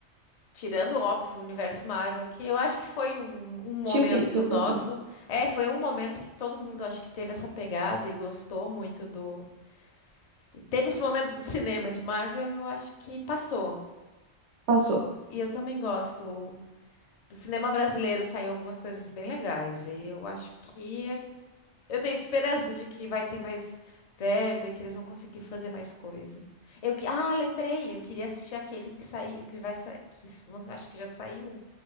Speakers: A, on the left; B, on the right.
A: Tirando, óbvio, o universo Marvel, que eu acho que foi um, um momento
B: Tipo isso, eu sou
A: nosso.
B: assim.
A: É, foi um momento que todo mundo acho que teve essa pegada e gostou muito do. E teve esse momento do cinema de Marvel, eu acho que passou.
B: Passou.
A: E eu também gosto. Do cinema brasileiro saiu algumas coisas bem legais. E eu acho que é Eu tenho esperança de que vai ter mais verba e que eles vão conseguir fazer mais coisa. Eu que, ah, lembrei, eu queria assistir aquele que saiu, que vai sair, que s- não- acho que já saiu,